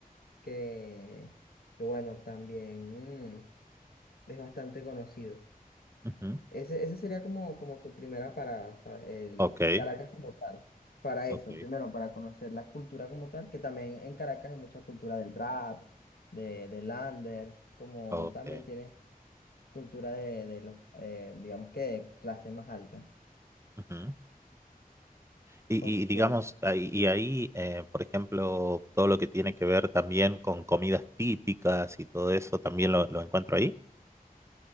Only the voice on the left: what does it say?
que, que bueno, también mm, es bastante conocido.
Ese, ese sería como, como tu primera parada, ¿sabes? El
Caracas como tal. Para
eso, primero para conocer la cultura como tal, que también en Caracas hay mucha cultura del rap, de, del under, como
también tienes cultura de, de los, eh, digamos que de clase más alta.
Ok.